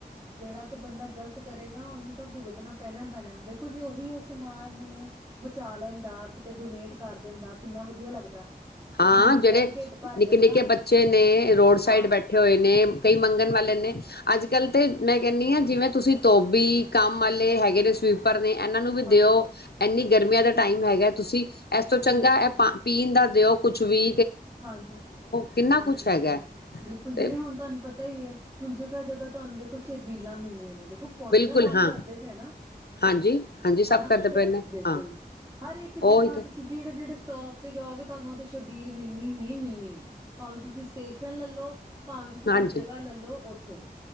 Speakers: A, on the right (about 20°); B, on the left (about 80°).
A: ਜਿੜਾ ਤੇ ਬੰਦਾ ਗਲਤ ਕਰੇਗਾ ਉਹਨੂੰ ਤਾਂ ਭੁਗਤਣਾ ਪੈਣਾ ਪੈਣਾ ਦੇਖੋ ਕੁੱਝ ਉਹੀ ਓ ਸਮਾਨ ਨੂੰ ਬਚਾ ਲੈੰਦਾ ਤੇ ਡੋਨੇਟ ਕਰ ਦੇੰਦਾ ਕਿੰਨਾ ਵਧੀਆ ਲੱਗਦਾ
B: ਹਾਂ
A: ਗ਼ਰੀਬ
B: ਜਿਹੜੇ
A: ਦਾ ਵੀ ਢਿੱਡ ਭਰ
B: ਨਿੱਕੇ
A: ਜਾਂਦਾ
B: ਨਿੱਕੇ ਬੱਚੇ ਨੇਂ ਰੋਡ ਸਾਈਡ
A: ਹਾਂ
B: ਬੈਠੇ ਹੋਏ ਨੇ ਕਈ ਮੰਗਨ ਵਾਲੇ ਲੈਂਦੇ ਅੱਜ ਕੱਲ ਤੇ ਮੈਂ ਕੇਹਨਿ ਆਂ ਜਿਵੇਂ ਤੁਸੀਂ ਤੋਬੀ ਕੰਮ ਵਾਲੇ ਹੈਗੇ ਜੇੜੇ ਸਵੀਪਰ ਨੇ ਇਹਨਾਂ ਨੂੰ ਵੀ
A: ਹਾਂਜੀ
B: ਦਿਓ ਏਨੀ ਗਰਮੀਆਂ ਦਾ ਟਾਈਮ ਹੈਗਾ ਤੁਸੀਂ ਇਸ ਤੋਂ ਚੰਗਾ
A: ਬਿਲਕੁਲ
B: ਹੈ ਪਾ ਪੀਣ ਦਾ ਦੇਓ ਕੁਛ ਵੀ
A: ਹਾਂਜੀ
B: ਕਿੰਨਾ
A: ਹਾਂਜੀ
B: ਕੁਛ ਹੈਗਾ
A: ਹਾਂਜੀ ਬਿਲਕੁਲ
B: ਤੇ
A: ਜਿਵੇਂ ਹੁਣ ਤੁਹਾਨੂੰ ਪਤਾ ਹੀ ਹੈ ਹੁਣ ਜਗ੍ਹਾ ਜਗ੍ਹਾ ਤੁਹਾਨੂੰ ਦੇਖੋ ਛਬੀਲਾ ਮਿਲ ਰਹੀਆਂ ਉਹ ਪੁੰਨ
B: ਬਿਲਕੁਲ
A: ਦਾ ਕੰਮ
B: ਹਾਂ
A: ਕਰਦੇ ਪਏ ਨਾ
B: ਹਾਂਜੀ ਹਾਂਜੀ ਸਭ
A: ਹੈ ਨਾ
B: ਕਰਦੇ ਪਏ ਨੇ
A: ਬਿਲਕੁਲ
B: ਹਾਂ
A: ਹਰ ਇੱਕ ਜਗ੍ਹਾ
B: ਉਹੀ ਤੇ
A: ਤੁਸੀਂ ਜਿਹੜੇ ਜਿਹੜੇ ਸਟੋਪ ਤੇ ਜਾਓਗੇ ਤੁਹਾਨੂੰ ਉਹਦੇ ਛਬੀਲ ਮਿਲਣੀ ਹੀ ਮਿਲਣੀ ਹੈ ਭਾਵੇਂ ਤੁਸੀਂ ਸਟੇਸ਼ਨ ਲੈਲੋ ਭਾਵੇਂ ਤੁਸੀਂ
B: ਹਾਂਜੀ
A: ਕੋਈ ਜਗ੍ਹਾ ਲੈਲੋ ਉੱਥੇ